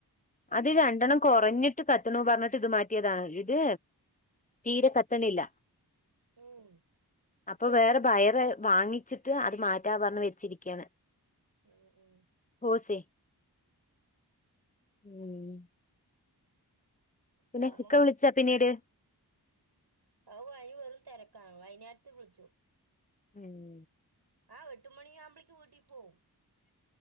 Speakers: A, on the right (about 70°); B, on the left (about 20°).
A: ഉം
B: അത് രണ്ടെണ്ണം കുറഞ്ഞിട്ട് കത്തണ പറഞ്ഞിട്ട് ഇത് മാറ്റിയതാണ് ഇത് തീരെ കത്തണില്ല
A: ഉം
B: അപ്പൊ വേറെ വയറ് വാങ്ങിച്ചിട്ട് അത് മാറ്റാ പറഞ്ഞഞ് വെച്ചിരിക്കയാണ്
A: ഉം ഉം
B: ഓസേ
A: <inaudible>
B: ഉം പിന്നെ
A: വേറെ
B: ഇക്ക വിളിച്ചാ പിന്നീട്
A: അയ് വയ് വെറും തെരക്കാണ് വൈന്നേരത്ത് വിളിച്ചു
B: ഉം
A: ആഹ് എട്ട് മണിയാകുമ്പഴേക്ക് വീട്ടി പോവും